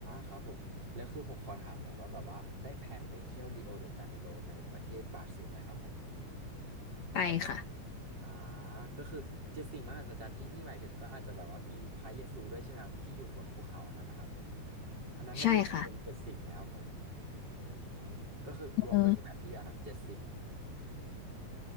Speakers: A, on the right; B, on the left.
A: ครับผมแล้วคือผมขอถามหน่อยว่าแบบว่าได้แพลนไปเที่ยวริโอเดจาเนโรในประเทศบราซิลไหมครับผม
B: ไปค่ะ
A: อ่าก็คือเจ็ดสิ่งมหัศจรรย์ที่พี่หมายถึงก็อาจจะแบบว่ามีพระเยซูด้วยใช่ไหมครับที่อยู่บนภูเขาอันนั้นนะครับอันนั้นมันรวมเป็นเจ็ดสิ่งไหมครับผม
B: ใช่ค่ะ
A: อืมก็คือรวมด้วยใช่ไหมพี่อันนั้นเจ็ดสิ่ง
B: เออ